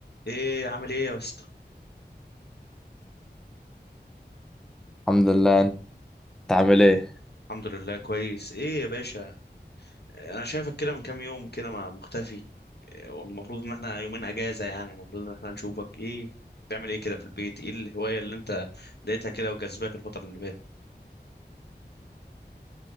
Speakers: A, on the left (about 65°); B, in the centre.
A: ايه عامل ايه يا اسطى
B: الحمد لله انت عامل ايه
A: الحمد لله كويس ايه يا باشا انا شايفك كده من كام يوم كده ما مختفي إيه، والمفروض ان احنا يومين اجازة يعني المفروض ان احنا نشوفك ايه بتعمل ايه كده في البيت ايه الهواية اللي انت لقيتها كده وجذباك الفترة اللي فاتت